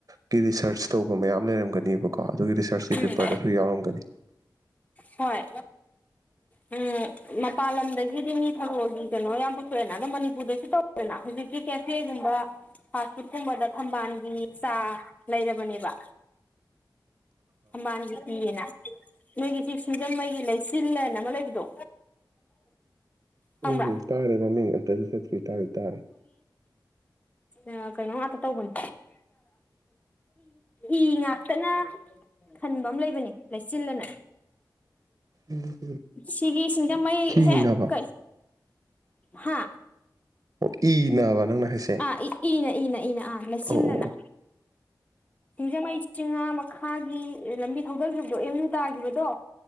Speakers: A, on the right; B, on the left.
A: ꯒꯤ ꯔꯤꯁꯔꯁ ꯇꯧꯕ ꯃꯌꯥꯝ ꯂꯩꯔꯝꯒꯅꯤꯕꯀꯣ ꯑꯗꯨꯒꯤ ꯔꯤꯁꯔꯁꯀꯤ
B: ꯎꯝ
A: ꯄꯦꯄꯔꯗꯁꯨ ꯌꯥꯎꯔꯝꯒꯅꯤ
B: ꯍꯣꯏ ꯎꯝ ꯃꯄꯥꯟ ꯂꯝꯗꯒꯤꯗꯤ ꯃꯤ ꯊꯔꯣꯒꯤ ꯀꯩꯅꯣ ꯌꯥꯝ ꯄꯨꯊꯣꯛꯑꯦꯅ ꯑꯗꯣ ꯃꯅꯤꯄꯨꯔꯗꯁꯨ ꯇꯧꯋꯦꯅ ꯍꯧꯖꯤꯛꯀꯤ ꯀꯦꯐꯦ ꯀꯨꯝꯕ ꯐꯥꯁ ꯐꯨꯗ ꯀꯨꯝꯕꯗ ꯊꯝꯕꯥꯜꯒꯤ ꯆꯥ ꯂꯩꯔꯕꯅꯦꯕ
A: <inaudible>
B: ꯊꯝꯕꯥꯟꯒꯤ ꯄꯤꯌꯦꯅ ꯅꯣꯏꯒꯤ ꯁꯤ ꯁꯤꯡꯖꯃꯩꯒꯤ ꯂꯩꯆꯤꯜꯂ ꯑꯥꯏꯅ ꯑꯃ ꯂꯩꯕꯗꯣ ꯈꯪꯕ꯭ꯔꯥ
A: ꯑꯝ ꯇꯒ꯭ꯔꯦ ꯃꯃꯤꯡ ꯑꯝꯇꯗꯤꯆꯠꯇ꯭ꯔꯤ ꯇꯗꯤ ꯇꯔꯦ
B: ꯑꯥ ꯀꯩꯅꯣ ꯉꯛꯇ ꯇꯧꯕꯅꯦ ꯏ ꯉꯛꯇꯅ ꯈꯟꯕ ꯑꯃ ꯂꯩꯕꯅꯦ ꯂꯩꯆꯤꯜꯂꯅ
A: ꯎꯝ
B: ꯁꯤꯒꯤ ꯁꯤꯡꯖꯃꯩ
A: ꯍꯤ
B: ꯍꯦꯛ
A: ꯅꯥꯕ
B: ꯀꯩ ꯍꯥ
A: ꯑꯣ ꯏ ꯅꯥꯕ ꯅꯪꯅ ꯍꯥꯏꯁꯦ
B: ꯑꯥ ꯏ ꯏꯅ ꯏꯅ ꯑꯥ ꯂꯩꯆꯤꯟꯅ
A: ꯑꯣ ꯑꯣ ꯑꯣ
B: ꯁꯤꯡꯖꯃꯩ ꯆꯤꯡꯉꯥ ꯃꯈꯥꯒꯤ ꯂꯝꯕꯤ ꯊꯧꯗꯈꯤꯕꯗꯣ ꯑꯦꯝ ꯌꯨ ꯇꯥꯒꯤꯈꯤꯕꯗꯣ